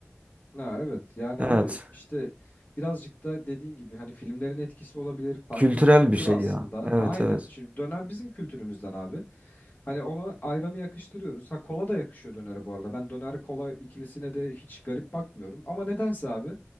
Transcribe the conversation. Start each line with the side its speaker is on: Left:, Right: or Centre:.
Left: Ha, evet yani
Right: Evet.
Left: abi işte birazcık da dediğin gibi hani filmlerin etkisi olabilir farklı
Right: Kültürel
Left: bir kültür
Right: bir şey
Left: aslında
Right: ya. Evet
Left: aynen
Right: evet.
Left: şimdi döner bizim kültürümüzden abi hani ona ayranı yakıştırıyoruz ha kola da yakışıyor dönere bu arada ben döner kola ikilisine de hiç garip bakmıyorum ama nedense abi